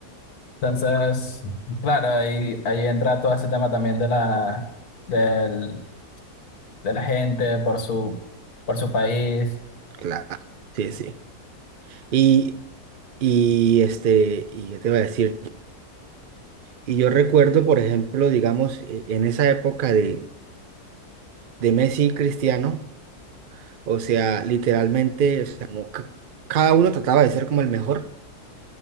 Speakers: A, on the left (about 70°); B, on the right (about 65°).
A: Entonces, claro, ahí, ahí entra todo ese tema también de la, del, de la gente por su, por su país.
B: Claro. Sí, sí. Y, y este, y yo te iba a decir, y yo recuerdo, por ejemplo, digamos, e- en esa época de, de Messi y Cristiano, o sea, literalmente, o sea, como ca- cada uno trataba de ser como el mejor,